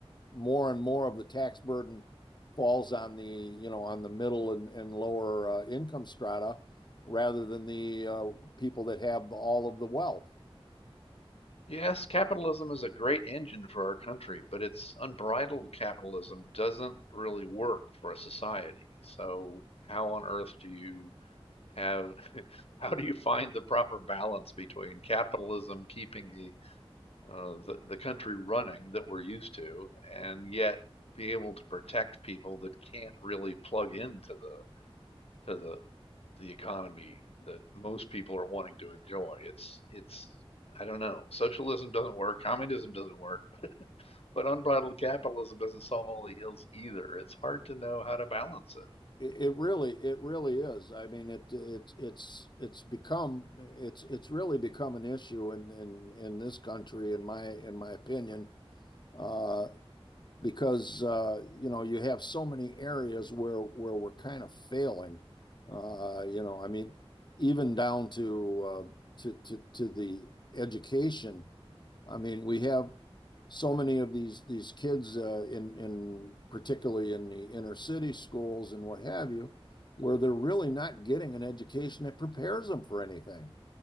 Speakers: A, on the left (about 50°); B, on the left (about 75°).
A: more and more of the tax burden falls on the you know on the middle and, and lower uh, income strata rather than the uh, people that have all of the wealth
B: Yes, capitalism is a great engine for our country, but it's unbridled capitalism doesn't really work for a society. So how on earth do you have, <laughs> how do you find the proper balance between capitalism keeping the uh, the, the country running that we're used to, and yet be able to protect people that can't really plug into the to the the economy that most people are wanting to enjoy. It's it's I don't know. Socialism doesn't work, communism doesn't work, <laughs> but unbridled capitalism doesn't solve all the ills either. It's hard to know how to balance it.
A: It, it really, it really is. I mean, it, it, it's, it's become, it's, it's really become an issue in, in, in this country, in my, in my opinion, uh, because uh, you know, you have so many areas where, where we're kind of failing. Uh, you know, I mean, even down to, uh, to, to, to the education I mean, we have so many of these these kids uh, in in particularly in the inner city schools and what have you, where they're really not getting an education that prepares them for anything,